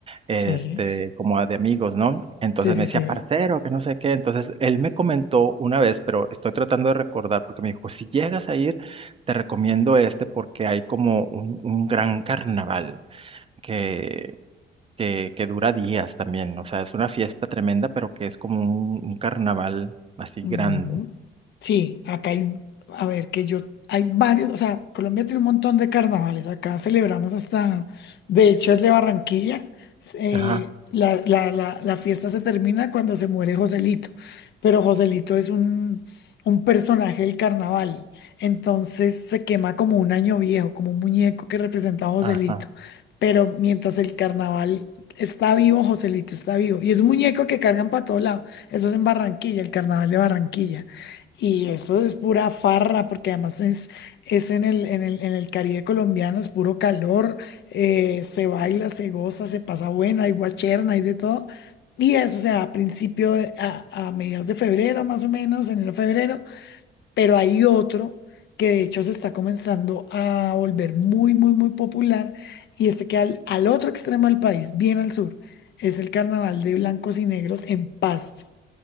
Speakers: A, on the right; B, on the left.
A: este,
B: sí,
A: como de amigos, ¿no? Entonces
B: sí, sí,
A: me decía
B: sí.
A: parcero, que no sé qué. Entonces él me comentó una vez, pero estoy tratando de recordar porque me dijo, si llegas a ir, te recomiendo este porque hay como un, un gran carnaval que, que, que dura días también. O sea, es una fiesta tremenda, pero que es como un, un carnaval así
B: Ujú.
A: grande.
B: Sí, acá hay, a ver, que yo, hay varios, o sea, Colombia tiene un montón de carnavales, acá celebramos hasta, de hecho, el de Barranquilla, eh,
A: Ajá,
B: la, la- la- la fiesta se termina cuando se muere Joselito, pero Joselito es un, un personaje del carnaval, entonces se quema como un año viejo, como un muñeco que representa a Joselito,
A: ajá.
B: pero mientras el carnaval está vivo, Joselito está vivo, y es un muñeco que cargan para todo lado. Eso es en Barranquilla, el carnaval de Barranquilla. Y eso es pura farra, porque además es, es en el, en el, en el Caribe colombiano, es puro calor, eh, se baila, se goza, se pasa buena, hay guacherna, hay de todo. Y eso, o sea, a principio, de- a, a mediados de febrero más o menos, enero, febrero, pero hay otro que de hecho se está comenzando a volver muy, muy, muy popular, y este que al, al otro extremo del país, bien al sur, es el carnaval de blancos y negros en Pasto.